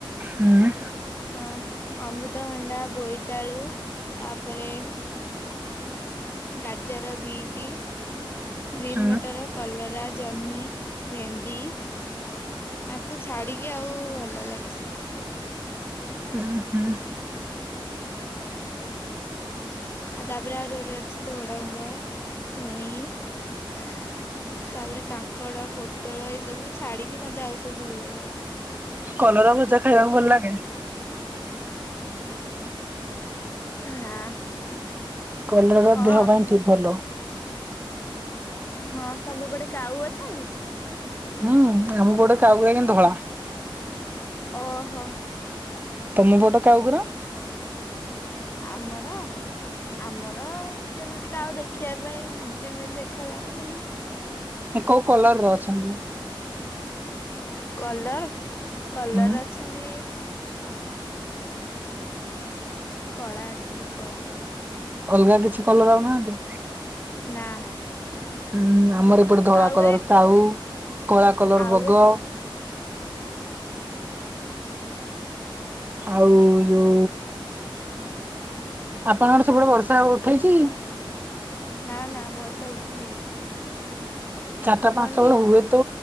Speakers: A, on the right; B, on the left.
A: ହୁଁ।
B: ଆ, ଅମୃତଭଣ୍ଡା, ବୋଇତାଳୁ ତାପରେ ଗାଜର, ବିଟି, ଗ୍ରୀନ୍
A: ଉଁ
B: ମଟର, କଲରା ଜହ୍ନି, ଭେଣ୍ଡି ଆକୁ ଛାଡି କି ଆଉ ଭଲ ଲାଗେ ସବୁ।
A: ଅଁ, ହଁ।
B: ଆଉ ତାପରେ ଆଉରି ଗୋଟ ଅଛି ଧୋଡଙ୍ଗ, ଛୁଇଁ ତାପରେ କାଙ୍କଡ, ପୋଟଳ ଏଇ ସବୁ ଛାଡିକି ମୋତେ ଆଉ ସବୁ ଭଲ ଲାଗିବ।
A: କଲରା ଭଜା ଖାଇବାକୁ ଭଲ ଲାଗେ?
B: ନା
A: କଲରା
B: ହଁ
A: ଦେହ ପାଇଁ ଠିକ ଭଲ।
B: ହଁ ତୋମ ପଟେ କାଉ ଅଛନ୍ତି?
A: ହଁ ଆମ ପଟେ କାଉ ଗୁରା କିନ୍ ଧଳା।
B: ଓହୋ!
A: ତୋମ ପଟ କାଉ ଗୁରା?
B: ଆମର? ଆମର ଯେମିତି କାଉ ଦେଖିବା ପାଇଁ, ଯେମିତି ଦେଖା ଯାଆନ୍ତି ସେମିତି।
A: ଏ କୋଉ କଲର୍ ର ଅଛନ୍ତି?
B: କଲର କଲର
A: ହୁଁ
B: ଅଛନ୍ତି କଳା ଅଛନ୍ତି କଳା କଲର
A: ଅଲଗା କିଛି କଲର ଆଉନାହାନ୍ତି।
B: ନା
A: ହୁଁ ଆମର ଏପଟେ ଧଳା
B: ଆଉ
A: କଲର
B: ଗୋରେ
A: କାଉ କଳା କଲର
B: ଆଉ
A: ବଗ
B: ଗୋରେ
A: ଆଉ ଯଉ ଆପଣଙ୍କର ସବୁବେଳେ ବର୍ଷା ଉଠେଇଛି କି?
B: ନା ନା ବର୍ଷା ଉଠେଇନି।
A: ଚାରିଟା ପାଞ୍ଚଟା
B: କଣ କି
A: ବେଳେ ହୁଏ ତ